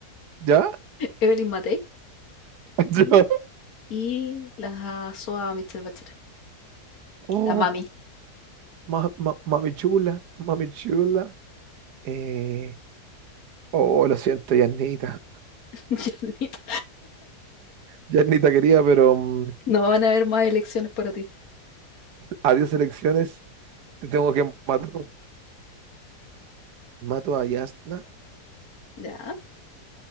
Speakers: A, on the right; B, on the left.
A: ¿Ya?
B: Evelyn Matei.
A: <laughs>
B: Y,
A: Yo-
B: y la SOA Michelle Bachelet.
A: Oh,
B: La mami.
A: ma- ma- mami chula, mami chula. Eh, oh, lo siento, Yasnita.
B: <laughs> Yanita.
A: Yasnita quería, pero mm,
B: No van a haber más elecciones para ti.
A: adiós elecciones. Te tengo que matar mato a Yasna,
B: Ya.